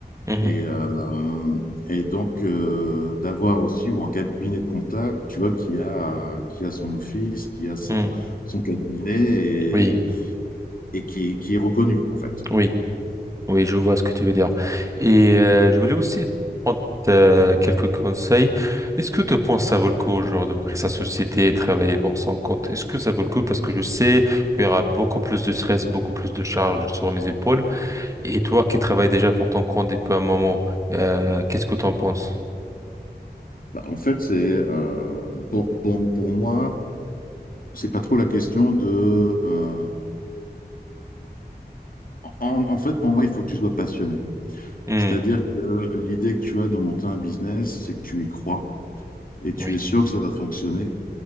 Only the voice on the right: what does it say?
mhm,
mhm.
Oui.
Oui. Oui, je vois ce que tu veux dire. Et euh, je voulais aussi prendre euh, quelques conseils. Est-ce que tu penses que ça vaut le coup, au genre, d'ouvrir sa société et travailler pour son compte? Est-ce que ça vaut le coup? Parce que je sais qu'il y aura beaucoup plus de stress, beaucoup plus de charges sur mes épaules. Et toi qui travailles déjà pour ton compte depuis un moment, euh, qu'est-ce que tu en penses?
Hmm,
oui,